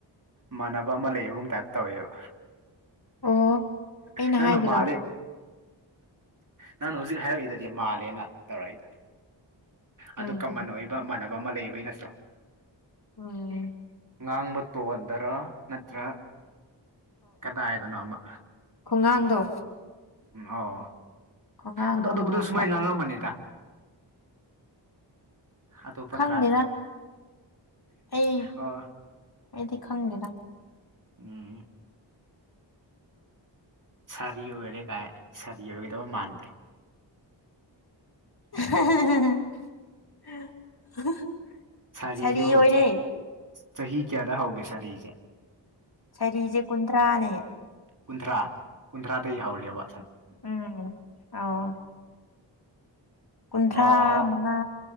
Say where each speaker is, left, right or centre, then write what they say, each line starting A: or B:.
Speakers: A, on the right; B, on the left.
A: ꯃꯥꯟꯅꯕ ꯑꯃ ꯂꯩꯕꯒꯨꯝ ꯇꯥꯏꯞ ꯇꯧꯋꯦꯕ
B: ꯑꯣ ꯑꯩꯅ
A: ꯅꯪ
B: ꯍꯥꯏꯗ꯭ꯔꯣ
A: ꯅ ꯃꯥꯂꯦ ꯅꯪꯅ ꯍꯧꯖꯤꯛ ꯍꯥꯏꯔꯛꯏꯗꯗꯤ ꯃꯥꯜꯂꯦꯅ ꯇꯧꯔꯛꯏꯗꯣ
B: ꯎꯝ
A: ꯑꯗꯨ ꯀꯃꯟ ꯑꯣꯏꯕ ꯃꯥꯟꯅ ꯑꯃ ꯂꯩꯕꯩ ꯅꯠꯇ꯭ꯔꯣ
B: ꯎꯝ
A: ꯉꯥꯡꯕ ꯇꯣꯟꯗꯔ ꯅꯠꯇ꯭ꯔ ꯀꯗꯥꯏꯗꯅꯣ ꯑꯃ
B: ꯈꯨꯉꯥꯡꯗꯣ
A: ꯎꯝ ꯑꯣ
B: ꯈꯣꯡꯒꯥꯡꯗꯣ
A: ꯑꯗꯣ ꯑꯇꯣꯞꯄꯗ
B: ꯃꯥꯟꯕ
A: ꯁꯨꯃꯥꯏꯅ ꯉꯥꯡꯉꯝꯕꯅꯤꯗ ꯑꯇꯣꯞꯄ
B: ꯈꯪꯗꯦꯗ
A: ꯇ꯭ꯔꯥꯏꯞꯁꯨ
B: ꯑꯩ
A: ꯑꯣ
B: ꯑꯩꯗꯤ ꯈꯪꯗꯦꯗ
A: ꯎꯝ ꯁꯥꯔꯤ ꯑꯣꯏꯔꯦ ꯀꯥꯏ ꯁꯥꯔꯤ ꯑꯣꯏꯒꯗꯧꯕ ꯃꯥꯟꯗꯦ
B: <unintelligible>
A: ꯁꯥꯔꯤꯁꯤꯕꯨ
B: ꯁꯥꯔꯤ ꯑꯣꯏꯔꯦ
A: ꯆꯍꯤ ꯀꯌꯥꯗ ꯍꯧꯒꯦ ꯁꯥꯔꯤ ꯔꯤꯖꯦ
B: ꯁꯥꯔꯤꯁꯦ ꯀꯨꯟꯊ꯭ꯔꯥꯅꯦ
A: ꯀꯨꯟꯊ꯭ꯔꯥ ꯀꯨꯟꯊ꯭ꯔꯥꯗꯩ ꯌꯥꯍꯎꯔꯤꯕ
B: ꯎꯝ ꯑꯎ ꯀꯨꯟꯊ꯭ꯔꯥ
A: ꯑꯣ
B: ꯃꯉꯥ